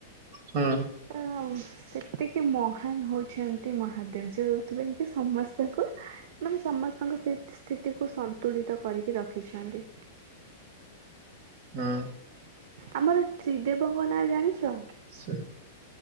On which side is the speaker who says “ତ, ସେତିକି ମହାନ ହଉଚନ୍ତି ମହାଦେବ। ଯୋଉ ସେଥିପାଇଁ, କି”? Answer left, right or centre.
Right